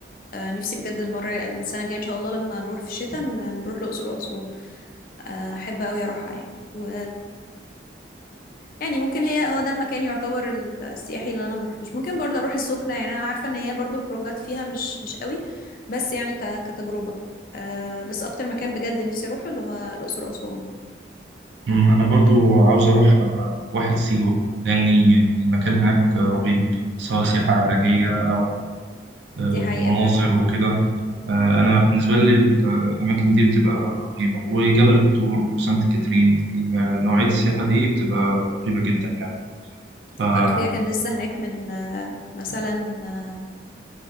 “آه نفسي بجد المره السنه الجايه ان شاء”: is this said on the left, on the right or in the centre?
Left